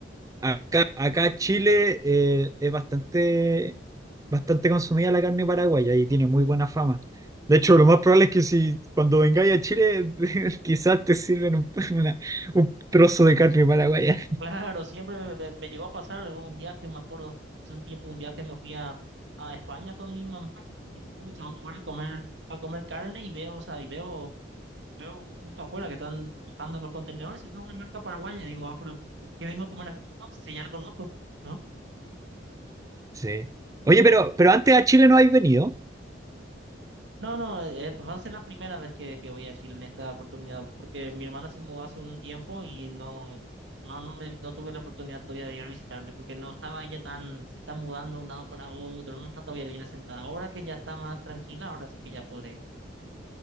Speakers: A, on the right (about 20°); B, on the right (about 70°).
A: Acá, acá Chile eh, es bastante, bastante consumida la carne paraguaya y tiene muy buena fama. De hecho, lo más probable es que si cuando vengáis a Chile, <laughs> quizás te sirven un, <laughs> una- un trozo de carne paraguaya.
B: <laughs> Claro, siempre me, me- me llegó a pasar en un viaje, me acuerdo, hace un tiempo un viaje me fui a, a España con mi mamá, <laughs> y fuimos a un lugar a comer, a comer carne y veo, o sea, y veo. veo justo afuera que están bajando los contenedores y veo una marca paraguaya y digo, ah, pero ¿qué vengo a comer aquí? No, si ya la conozco, ¿no?
A: Sí. Oye, pero, pero antes a Chile no habéis venido.
B: No, no, eh, eh, va a ser la primera vez que, que voy a Chile en esta oportunidad, porque mi hermana se mudó hace un tiempo y no, no, no me, no tuve la oportunidad todavía de ir a visitarle, porque no estaba ella tan, se está mudando de un lado para otro, no está todavía bien asentada. Ahora que ya está más tranquila, ahora sí que ya podré ir.